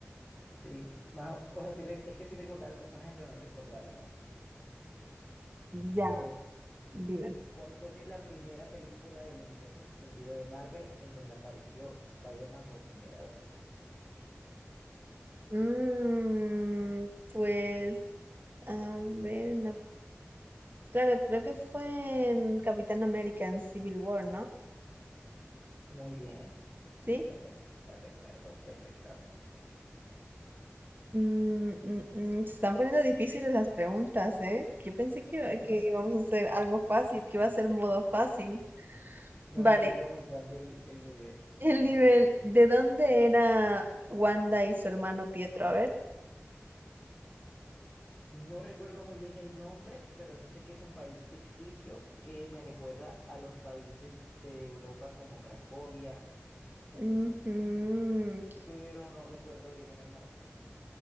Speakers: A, on the left; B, on the right.
A: Sí, más o o sea, sí, re- es que sí recordaba el personaje, pero no recordaba el nombre.
B: Ya,
A: A ver,
B: dime.
A: ¿cuál fue la primera película del universo extendido de Marvel en donde apareció Spider-Man por primera vez?
B: Mm, pues, a ver, una Claro, creo que fue en Capitán American Civil War, ¿no?
A: Muy bien.
B: Sí.
A: Sí, fue en esa. La recuerdo perfectamente.
B: Mm, mm, mm, se están poniendo difíciles las preguntas, ¿eh? Yo pensé que, iba-
A: <laughs>
B: que íbamos a hacer algo fácil, que iba a ser modo fácil.
A: No,
B: Vale,
A: hay que ir aumentando el, el nivel.
B: el nivel, ¿de dónde era Wanda y su hermano Pietro? A ver.
A: No recuerdo muy bien el nombre, pero sí sé que es un país ficticio que me recuerda a los países de Europa como Cracovia,
B: Ujú,
A: pero no recuerdo bien el nombre.